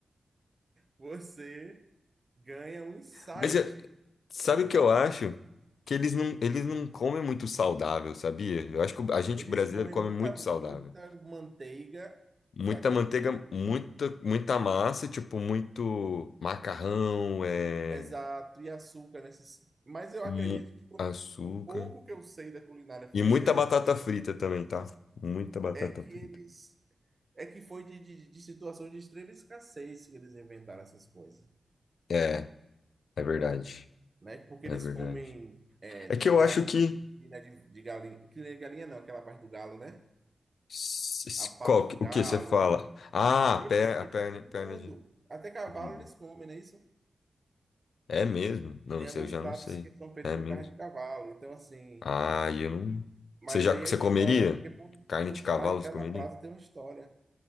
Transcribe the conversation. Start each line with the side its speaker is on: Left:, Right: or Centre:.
Right: você ganha um insight
Left: Mas é- sabe
Right: sobre
Left: o
Right: a
Left: que
Right: situação.
Left: eu acho? Que eles não, eles não comem muito saudável, sabia? Eu acho que a gente
Right: Eles
Left: brasileiro
Right: comem
Left: come
Right: muita,
Left: muito saudável.
Right: muita manteiga,
Left: Muita
Right: farinha
Left: manteiga,
Right: de trigo,
Left: muita, muita massa, tipo, muito macarrão, é,
Right: exato, e açúcar nesses. Mas eu acredito
Left: mu-
Right: que quando-
Left: açúcar.
Right: o pouco que eu sei da culinária francesa
Left: E muita batata frita também, tá? Muita batata
Right: é que
Left: frita.
Right: eles é que foi de, de, de situação de extrema escassez que eles inventaram essas coisas,
Left: É, é verdade.
Right: né? Porque
Left: É
Right: eles
Left: verdade.
Right: comem é,
Left: É
Right: tem
Left: que eu
Right: prato
Left: acho que
Right: com crina de, de galinha, crina de galinha não, aquela parte do galo, né?
Left: S- s-
Right: A pata
Left: Qual,
Right: do
Left: que-
Right: galo.
Left: o que você fala? Ah, a
Right: Eles
Left: per,
Right: eles
Left: a perna,
Right: usam
Left: perna
Right: tudo,
Left: de
Right: até cavalo
Left: tudo.
Right: eles comem, não é isso?
Left: É mesmo? Não,
Right: Tem
Left: isso
Right: alguns
Left: aí eu já
Right: pratos
Left: não sei.
Right: que são feitos
Left: É
Right: com
Left: mesmo?
Right: carne de cavalo, então assim,
Left: Ah, eu não.
Right: mas
Left: Você já,
Right: aí
Left: você
Right: é história,
Left: comeria?
Right: porque por,
Left: Carne
Right: por
Left: de cavalo,
Right: trás de cada
Left: você comeria?
Right: prato tem uma história.